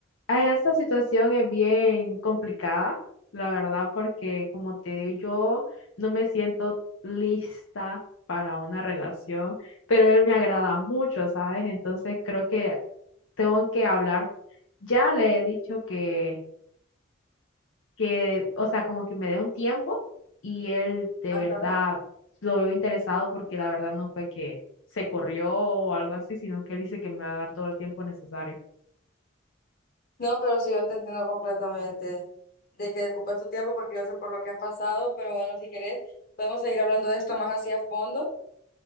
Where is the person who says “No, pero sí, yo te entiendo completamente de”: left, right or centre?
Left